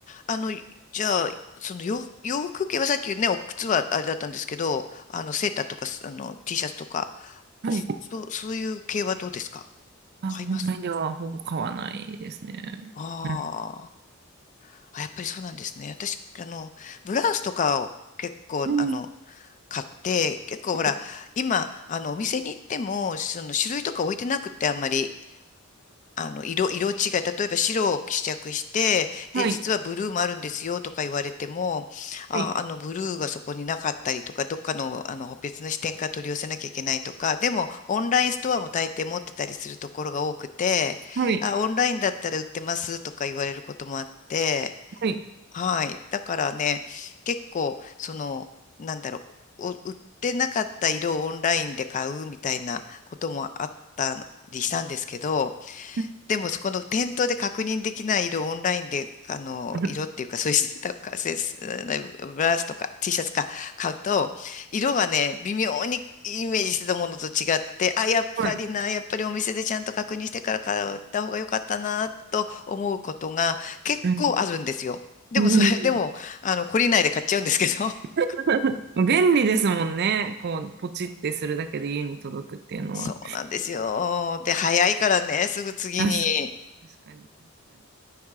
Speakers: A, on the left; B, on the right.
A: あの、じゃあ、その洋、洋服系はさっきね、お靴はあれだったんですけど、あの、セーターとか、あの、T シャツとか、
B: ん。はい。
A: そう、そういう系はどうですか
B: あ、
A: 買いますか
B: オンラインではほぼ買わないですね。
A: あー
B: うん。
A: あ、やっぱりそうなんですね。私、あの、ブラウスとかを結構、
B: うん。
A: あの、買って、結構ほら、
B: はい。
A: 今、あの、お店に行っても、その種類とか置いてなくって、あんまり。あの、色、色違い、例えば白を試着して、で、
B: はい。
A: 実はブルーもあるんですよとか言われても、あ、
B: はい。
A: あの、ブルーがそこになかったりとか、どっかの、あの、別の視点から取り寄せなきゃいけないとか、でも、オンラインストアも大抵持ってたりするところが多くて、
B: はい。
A: あ、オンラインだったら売ってますとか言われることもあって、
B: はい。
A: はい。だからね、結構、その、なんだろう、お売ってなかった色をオンラインで買うみたいなこともあったりしたんですけど、
B: う
A: でも、そこの店頭で確認できない色をオンラインで、あの、
B: ん
A: 色っていうか、そういうなんか、せすブラウスとか T シャツか買うと、色がね、微妙にイメージしてたものと違って、あ、やっぱりな、
B: はい。
A: やっぱりお店でちゃんと確認してから買った方が良かったな、と思うことが結構あるんですよ。
B: うん。
A: でも、
B: うん
A: それ、でも、あの、懲りないで買っちゃうんですけど。<laughs>
B: <laughs> 便利ですもんね。こう、ポチってするだけで家に届くっていうのは。
A: そうなんですよ。で、早いからね、すぐ次に。
B: 確か確かに、確かに。